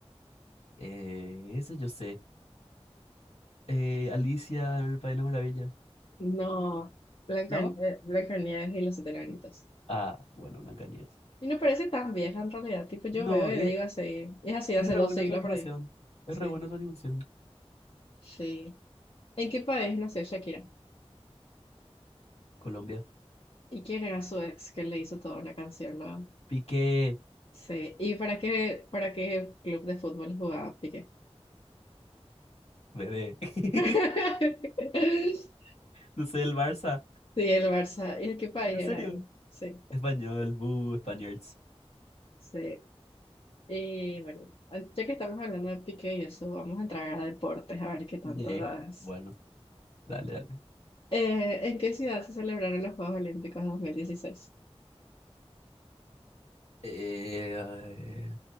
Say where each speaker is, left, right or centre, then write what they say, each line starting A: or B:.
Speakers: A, on the left; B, on the left.
A: Eh, eso yo sé. Eh, Alicia en el País de las Maravillas,
B: No, Blanca,
A: ¿no?
B: eh, Blancanieves y los siete enanitos.
A: Ah, bueno, Blancanieves.
B: Y no parece tan vieja en realidad, tipo yo
A: No,
B: veo y
A: es,
B: digo así, es así de
A: es
B: hace
A: re
B: dos
A: buena
B: siglos
A: su animación.
B: por ahí.
A: Es
B: Sí,
A: re buena su animación.
B: sí. ¿En qué país nació Shakira?
A: Colombia.
B: ¿Y quién era su ex que le hizo toda una canción luego?
A: Piqué,
B: Sí, ¿y para qué, para qué club de fútbol jugaba Piqué?
A: bebé. <laughs>
B: <laughs>
A: No sé, el Barça.
B: Sí, el Barça. ¿Y de qué país
A: ¿En serio?
B: era él? Sí,
A: Español, buh, Spaniards.
B: sí. Y bueno, ya que estamos hablando de Piqué y eso, vamos a entrar a deportes, a ver qué tanto
A: Yeah.
B: das.
A: Bueno, dale, dale.
B: Eh, ¿en qué ciudad se celebraron los Juegos Olímpicos 2016?
A: Eh, eh,